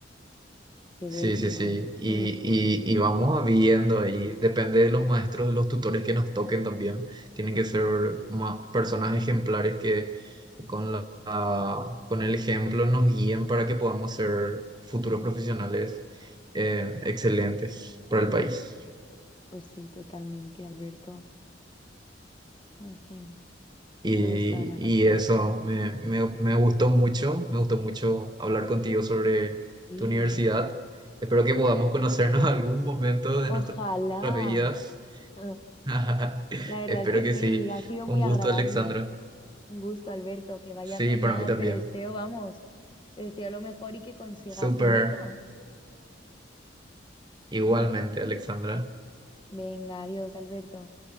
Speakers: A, on the left; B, on the right.
A: qué
B: Sí,
A: vértigo.
B: sí, sí. Y,
A: Mm,
B: y, y vamos viendo ahí. Depende de los maestros, de los tutores que nos toquen también. Tienen que ser ma- personas ejemplares que con la, la- con el ejemplo nos guíen para que podamos ser futuros profesionales eh, excelentes para el país.
A: Pues sí, pues sí, totalmente, Alberto. En fin,
B: Y,
A: tienes toda la
B: y
A: razón.
B: eso me, me, me gustó mucho. Me gustó mucho hablar contigo sobre
A: Sí,
B: tu universidad. Espero que podamos conocernos <laughs> algún momento de
A: ojalá.
B: nuestras
A: <laughs>
B: vidas.
A: Ah,
B: <laughs>
A: La verdad
B: Espero
A: es que
B: que
A: sí,
B: sí.
A: ha sido
B: Un
A: muy agradable.
B: gusto, Alexandra.
A: Un gusto, Alberto, que vaya
B: Sí,
A: genial,
B: para mí también.
A: te deseo, vamos, te deseo lo mejor y que consigas
B: Súper.
A: tu meta.
B: Igualmente,
A: <laughs>
B: Alexandra.
A: Venga, adiós, Alberto.